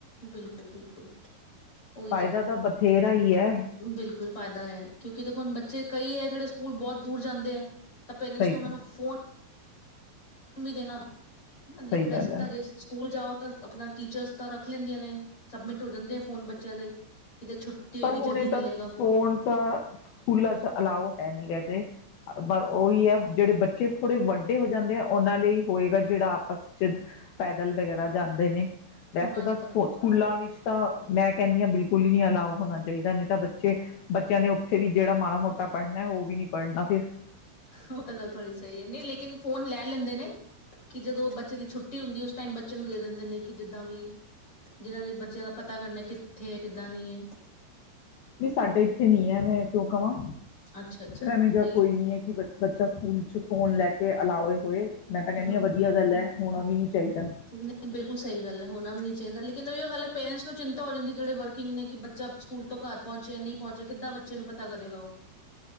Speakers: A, on the left; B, on the left.
A: ਬਿਲਕੁਲ ਬਿਲਕੁਲ ਉਹੀ
B: ਫਾਇਦਾ
A: ਤਾਂ ਹੈ
B: ਬਥੇਰਾ ਹੀ ਹੈ
A: ਬਿਲਕੁਲ ਫਾਇਦਾ ਹੈ ਕਿਉਂਕਿ ਦੇਖੋੁਣ ਬੱਚੇ ਕਈ ਹੈ ਜਿਹੜੇ ਸਕੂਲ ਬਹੁਤ ਦੂਰ ਜਾਂਦੇ ਤੇ ਤਾਂ ਪੇਰੈਂਟਸ
B: ਸਹੀ
A: ਨੂੰ ਉਹ
B: ਗੱਲ
A: ਨੂੰ ਫੋਨ ਤੁਨ ਵੀ ਦੇਣਾ ਹਨ ਲ
B: ਸਹੀ
A: ਵੈਸੇ
B: ਗੱਲ ਹੈ
A: ਤਾਂ ਜੇ ਸਕੂਲ ਜਾਓ ਆਪਣਾ ਟੀਚਰਸ ਤਾਂ ਰੱਖ
B: ਪੱਕਾ
A: ਲੈਂਦੀਆਂ ਨੇ ਸਬਮਿਟ ਹੋ ਜਾਂਦੇ ਆ ਫੋਨ ਬੱਚਿਆਂ ਦੇ ਜਦ ਛੁੱਟੀ ਹੋਏਗੀ
B: ਪਰ ਹੁਣੇ
A: ਜਦ ਹੀ
B: ਇਹ
A: ਮਿਲੇਗਾ
B: ਤਾਂ ਫੋਨ ਤਾਂ ਸਕੂਲਾਂ ਚ ਅਲਾਓ ਹੈ ਨਹੀਂ ਰਹਦੇ ਪਰ ਉਹੀ ਹੈ ਜਿਹੜੇ ਬੱਚੇ ਥੋੜ੍ਹੇ ਵੱਡੇ ਹੋ ਜਾਂਦੇ ਆ ਉਹਨਾਂ ਲਈ ਹੋਏਗਾ ਜਿਹੜਾ ਆਪਸ ਚ ਪੈਦਲ ਵਗੈਰਾ ਜਾਂਦੇ ਨੇ ਵੈਸੇ
A: ਬਸ
B: ਤਾਂ
A: ਬਸ
B: ਸਕੂਲਾਂ ਵਿੱਚ ਤਾਂ ਮੈਂ ਕਹਿੰਦੀ ਹਾਂ ਬਿਲਕੁਲ ਹੀ ਨੀ ਅਲਾਓ ਹੋਣਾ ਚਾਹੀਦਾ ਨਹੀਂ ਤਾਂ ਬੱਚੇ ਬੱਚਿਆਂ ਨੇ ਉੱਥੇ ਵੀ ਜਿਹੜਾ ਮਾੜਾ ਮੋਟਾ ਪੜ੍ਹਨਾ ਉਹ ਵੀ ਨਹੀਂ ਪੜ੍ਹਨਾ ਫਿਰ
A: ਉਹ ਤਾਂ ਗੱਲ ਥੋੜ੍ਹੀ ਸਹੀ ਹੈ ਨਹੀਂ ਲੇਕਿਨ ਫੋਨ ਲੈ ਲੈਂਦੇ ਨੇ ਕਿ ਜਦੋਂ ਬੱਚੇ ਦੀ ਛੁੱਟੀ ਹੁੰਦੀ ਉਸ ਟਾਈਮ ਬੱਚੇ ਨੂੰ ਦੇ ਦਿੰਦੇ ਨੇ ਕਿ ਜਿੱਦਾਂ ਵੀ ਜਿਨਾਂ ਦੇ ਬੱਚਿਆਂ ਦਾ ਪਤਾ ਕਰਨਾ ਕਿੱਥੇ ਹੈ ਕਿੱਦਾਂ ਨਹੀਂ ਹੈ
B: ਵੀ ਸਾਡੇ ਇੱਥੇ ਨੀ ਹੈ ਮੈਂ ਕਿਉਂ ਕਹਾਂ
A: ਅੱਛਾ ਅੱਛਾ
B: ਇਹਣੇ ਜਾਂ
A: ਨਹੀਂ
B: ਕੋਈ ਨੀ ਹੈ ਕਿ ਬ ਬੱਚਾ ਸਕੂਲ ਚ ਫੋਨ ਲੈ ਕੇ ਅਲਾਓ ਹੋਏ ਮੈਂ ਤਾਂ ਕਹਿੰਦੀ
A: ਹਮ
B: ਹਾਂ ਵਧੀਆ
A: ਹਮ
B: ਗੱਲ ਹੈ ਹੋਣਾ ਵੀ ਨਹੀਂ ਚਾਹੀਦਾ
A: ਨਹੀਂ ਬਿਲਕੁਲ ਸਹੀ ਗੱਲ ਹੈ ਹੋਣਾ ਵੀ ਨਹੀਂ ਚਾਹੀਦਾ ਲੇਕਨ ਕਹਿੰਦਾ ਵੀ ਉਹ ਗੱਲ ਹੈ ਪੇਰੈਂਟਸ ਨੂੰ ਚਿੰਤਾ ਹੋ ਜਾਂਦੀ ਜਿਹੜੇ ਵਰਕਿੰਗ ਕਿ ਬੱਚਾ ਸਕੂਲ ਤੋਂ ਘਰ ਪਹੁੰਚਿਆ ਨਹੀਂ ਪਹੁੰਚਿਆ ਕਿੱਦਾਂ ਬੱਚੇ ਨੂੰ ਪਤਾ ਕਰੇਗਾ ਉਹ